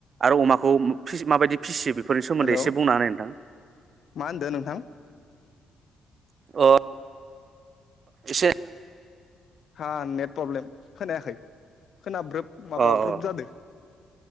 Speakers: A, on the right; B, on the left.
A: आरो अमाखौ माबायदि फिसियो बेफोरनि सोमोन्दै
B: हेलौ
A: एसे बुंनो हानाय नोंथां।
B: मा होनदो नोंथां
A: अ। एसे।
B: हा नेट प्रब्लेम खोनायाखै। खोनाब्रोब
A: अ
B: माबा
A: अ
B: ब्रोब ज जादों।